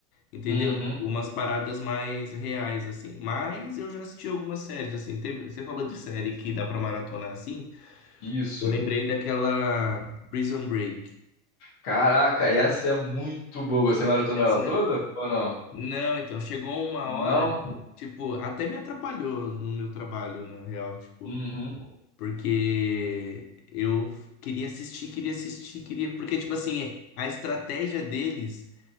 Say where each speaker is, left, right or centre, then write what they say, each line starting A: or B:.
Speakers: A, on the left (about 85°); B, on the left (about 25°).
A: entendeu?
B: Uhum.
A: Umas paradas mais reais, assim. Mas eu já assisti algumas séries, assim, teve, você falou de série que dá pra maratonar, assim,
B: Isso.
A: eu lembrei daquela Prison Break.
B: Caraca, essa é muito boa. Você maratonou
A: Essa?
B: ela toda? Ou não?
A: Não, então, chegou uma
B: Não?
A: hora, tipo, até me atrapalhou no meu trabalho, na real, tipo...
B: Uhum.
A: Porque eu f- queria assistir, queria assistir, queria. Porque, tipo assim, é- a estratégia deles,